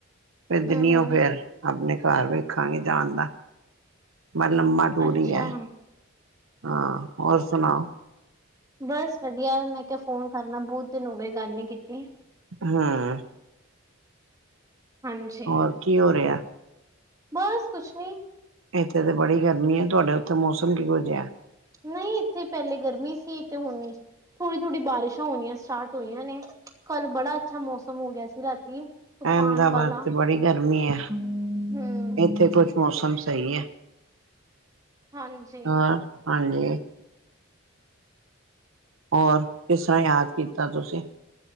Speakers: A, on the right; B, on the right.
A: ਫੇਰ ਦਿੱਲੀਓਂ
B: ਹਮ ਹਮ
A: ਫੇਰ, ਆਪਣੇ ਘਰ ਵੇਖਾਂਗੇ ਜਾਣ ਦਾ। ਬੜ ਲੰਮਾ ਟੂਰ
B: ਅੱਛਾ
A: ਹੀ ਹੈ, ਹਾਂ, ਹੋਰ ਸੁਣਾਓ?
B: ਬਸ ਵਧੀਆ, ਮੈਂ ਕਿਹਾ ਫੋਨ ਕਰਲਾ, ਬਹੁਤ ਦਿਨ ਹੋ ਗਏ ਗੱਲ ਨੀ ਕੀਤੀ।
A: ਹਾਂ।
B: ਹਾਂਜੀ।
A: ਹੋਰ ਕੀ ਹੋ ਰਿਹਾ?
B: ਬਸ, ਕੁਛ ਨੀ
A: ਇੱਥੇ ਤਾਂ ਬੜੀ ਗਰਮੀ ਹੈ, ਤੁਹਾਡੇ ਉੱਥੇ ਮੌਸਮ ਕਿਹੋ ਜਿਹਾ ਹੈ?
B: ਨਹੀਂ, ਇੱਥੇ ਪਹਿਲੇ ਗਰਮੀ ਸੀ, ਤੇ ਹੁਣ ਥੋੜ੍ਹੀ-ਥੋੜ੍ਹੀ ਬਾਰਿਸ਼ਾਂ ਹੋਣੀਆਂ, ਸਟਾਰਟ ਹੋਈਆਂ ਨੇ। ਕੱਲ ਬੜਾ ਅੱਛਾ ਮੌਸਮ ਹੋ ਗਿਆ ਸੀ, ਰਾਤੀ, ਤੂਫਾਨ
A: ਅਹਿਮਦਾਬਾਦ
B: ਵਾਲਾ
A: ਤੇ ਬੜੀ ਗਰਮੀ ਹੈ।
B: ਹਮ
A: ਇੱਥੇ ਕੁਛ ਮੌਸਮ ਸਹੀ ਹੈ,
B: ਹਾਂਜੀ
A: ਹਾਂ, ਹਾਂਜੀ। ਹੋਰ, ਕਿਸਰਾ ਯਾਦ ਕੀਤਾ ਤੁਸੀਂ?